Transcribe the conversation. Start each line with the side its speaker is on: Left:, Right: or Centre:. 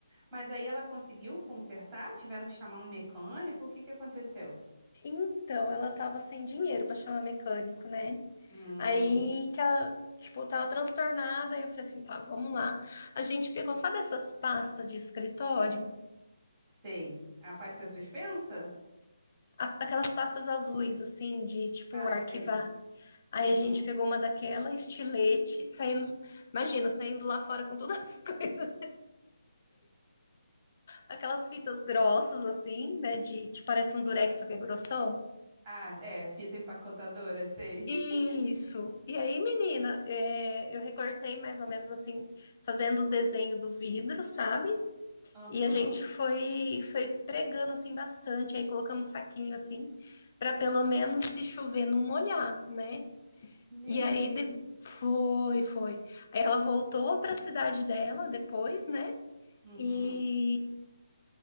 Right: Mas aí ela conseguiu consertar? Tiveram que chamar um mecânico? O que que aconteceu?
Left: Então, ela estava sem dinheiro para chamar mecânico, né?
Right: Uhum.
Left: Aí que ela, tipo, tava transtornada, e eu falei assim, tá, vamos lá. A gente pegou, sabe essas pastas de escritório?
Right: Sei. A pasta é suspensa?
Left: A- Aquelas pastas azuis, assim, de, tipo,
Right: Ah,
Left: arquivar.
Right: sei.
Left: Aí
Right: Uhum.
Left: a gente pegou uma daquela, estilete, saindo, imagina, saindo lá fora com todas as <laughs> coisas. Aquelas fitas grossas, assim, né, de, tipo, parece um durex, só que é grossão.
Right: Ah, é, fita empacotadora, sei.
Left: Isso.
Right: <laughs>
Left: E aí, menina, é, eu recortei mais ou menos assim, fazendo o desenho do vidro, sabe?
Right: Aham.
Left: E a gente foi foi pregando assim bastante, aí colocamos saquinho assim, para pelo menos se chover não molhar, né?
Right: Meu
Left: E aí
Right: Deus.
Left: de- foi, foi. Aí ela voltou para a cidade dela depois, né?
Right: Uhum.
Left: E,